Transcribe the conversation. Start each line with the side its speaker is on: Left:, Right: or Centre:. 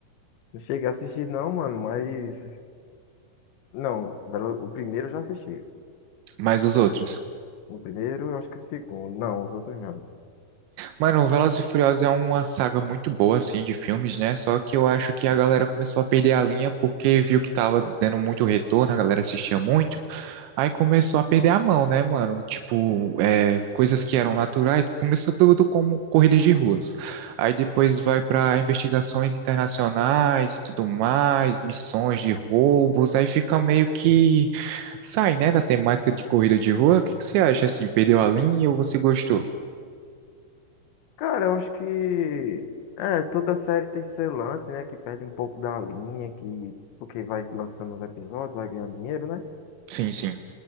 Left: Não cheguei a assistir, não, mano, mas. Não, Velo- o primeiro eu já assisti.
Right: Mas os outros?
Left: O primeiro, eu acho que o segundo. Não, os outros não.
Right: Mano, Velozes e Furiosos é uma saga muito boa, assim, de filmes, né? Só que eu acho que a galera começou a perder a linha porque viu que tava dando muito retorno, a galera assistia muito. Aí começou a perder a mão, né, mano? Tipo, é, coisas que eram naturais, começou tudo como corridas de ruas. Aí depois vai para investigações internacionais e tudo mais, missões de roubos, aí fica meio que sai, né, da temática de corrida de rua. O que que você acha assim? Perdeu a linha ou você gostou?
Left: Cara, eu acho que. É, toda série tem seu lance, né? Que perde um pouco da linha, que. Porque vai lançando os episódios, vai ganhando dinheiro, né?
Right: Sim, sim.